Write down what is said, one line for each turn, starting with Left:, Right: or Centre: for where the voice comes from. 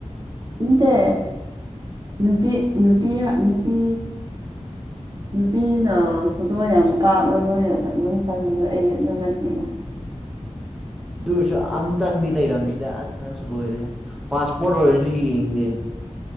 Right: ꯅꯠꯇꯦ ꯅꯨꯄꯤ ꯅꯨꯄꯤ ꯅꯨꯄꯤ ꯅꯨꯄꯤꯅ ꯐꯣꯇꯣ ꯌꯥꯝ ꯀꯥꯞꯂ ꯅꯣꯏꯔꯒ ꯑꯗꯨꯝ ꯈꯟꯕꯗꯣ ꯑꯩꯗꯤ ꯑꯗꯨ ꯅꯠꯇꯦꯌꯦ
Centre: ꯑꯗꯨ ꯑꯣꯢꯔꯁꯨ ꯑꯝꯇꯪꯗꯤ ꯂꯩꯔꯝꯅꯤꯗ ꯑꯁ ꯅꯪꯁꯨ ꯂꯣꯏꯔꯦꯍꯦ ꯄꯥꯁꯄꯣꯔꯠ ꯑꯣꯏꯔꯖꯨ ꯌꯦꯡꯒꯦ